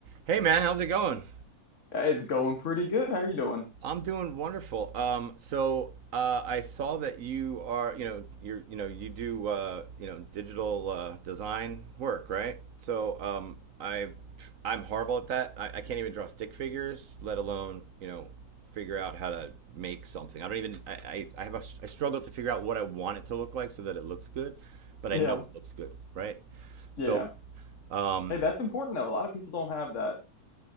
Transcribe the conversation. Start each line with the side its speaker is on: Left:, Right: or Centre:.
Right: Hey man, how's it going?
Left: It's going pretty good. How are you doing?
Right: I'm doing wonderful. Um, so uh, I saw that you are, you know, you're, you know, you do, uh, you know, digital uh, design work, right? So um, I, I'm horrible at that. I, I can't even draw stick figures, let alone, you know, figure out how to make something. I don't even. I, I, I have a, I struggle to figure out what I want it to look like so that it looks good, but
Left: Yeah.
Right: I know it looks good, right? So,
Left: Yeah.
Right: um,
Left: Hey, that's important though. A lot of people don't have that.